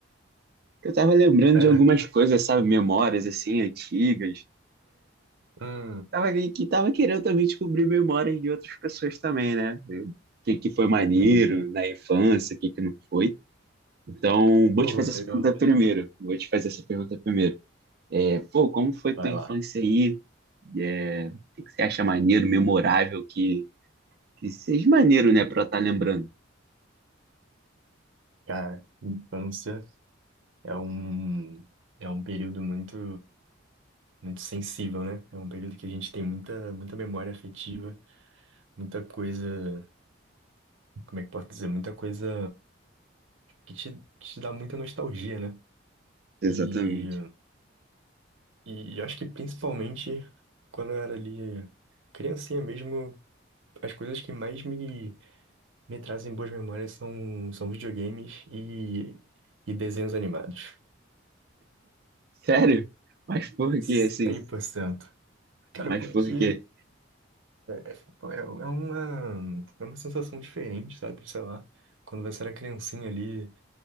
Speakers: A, on the right; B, on the right.
A: que Eu tava lembrando
B: É,
A: de algumas coisas, sabe, memórias assim antigas.
B: hum,
A: Tava, que que tava querendo também descobrir memórias de outras pessoas também, né? O que, que foi maneiro
B: entendi.
A: na infância, o que, que não foi. Então, vou
B: Pô,
A: te fazer essa
B: legal,
A: pergunta
B: legal.
A: primeiro. Vou te fazer essa pergunta primeiro. É, pô, como foi
B: Vai
A: tua infância
B: lá.
A: aí? É, o que, que você acha maneiro, memorável, que, que seja maneiro, né, pra estar lembrando?
B: Cara, infância é um, é um período muito. muito sensível, né? É um período que a gente tem muita, muita memória afetiva, muita coisa, como é que eu posso dizer? Muita coisa que te, que te dá muita nostalgia, né?
A: Exatamente.
B: E, e eu acho que principalmente quando eu era ali criancinha mesmo, as coisas que mais me, me trazem boas memórias são, são videogames e, e desenhos animados.
A: Sério? Mas por
B: 100%.
A: quê, assim?
B: Cara,
A: Mas
B: porque
A: por quê?
B: É, é, tipo, é é uma, é uma sensação diferente, sabe? Sei lá, quando você era criancinha ali,